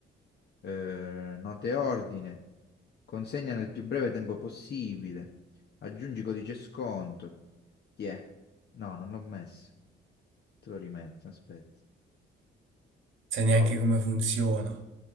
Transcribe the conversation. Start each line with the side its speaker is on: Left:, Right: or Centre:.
Left: eh, note ordine, consegna nel più breve tempo possibile, aggiungi codice sconto. Ti è? No, non l'ho messo. Te lo rimetto, aspetta.
Right: sai neanche
Left: Ok.
Right: come funziona.